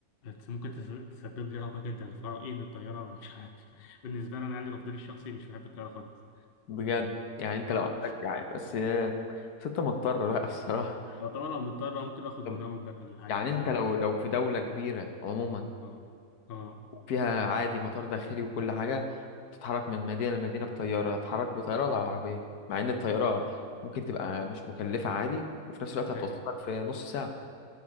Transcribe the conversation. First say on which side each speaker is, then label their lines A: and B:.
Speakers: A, on the left; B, on the left.
A: بت- ممكن تس- تسبب لي رهبة جدا فرأيي ان الطيارة مش عارف <laughs> بالنسبة لي انا يعني تفضيلي الشخصي مش بحب الطيارة خالص
B: بجد يعني انت
A: اه
B: لو عندك يعني بس آه، بس انت مضطر بقى <laughs> الصراحه
A: <laughs> لو طبعا لو مضطر ممكن اخد
B: طب
A: منوم بقى ولا حاجة
B: يعني
A: مثلا
B: انت لو لو في دوله كبيره عموما
A: اه اه
B: فيها عادي مطار داخلي وكل حاجة بتتحرك من مدينة لمدينة بطيارة هتحرك بطيارة ولا بعربية مع إن الطيارة ممكن تبقى مش مكلفة عادي وفي نفس الوقت هتوصلك
A: يعني
B: في نص ساعة